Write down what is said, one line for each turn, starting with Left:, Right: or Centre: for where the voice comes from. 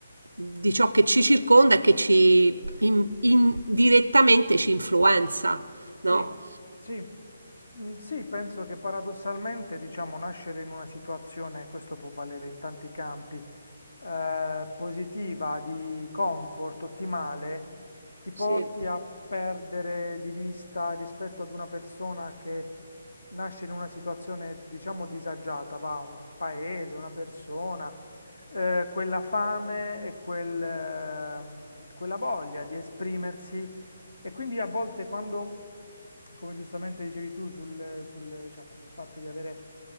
Right: di ciò che ci circonda e che ci in- indirettamente ci influenza,
Left: Sì,
Right: no?
Left: sì, S- mm, sì, penso che paradossalmente, diciamo, nascere in una situazione, questo può valere in tanti campi, eh, positiva, di comfort, ottimale, ti porti
Right: Sì,
Left: a perdere di vista rispetto ad una persona che nasce in una situazione, diciamo, disagiata, va, un paese, una persona, eh, quella fame e quel, ehm, quella voglia di esprimersi. E quindi a volte quando come giustamente dicevi tu, sul, sul, diciamo, sul fatto di avere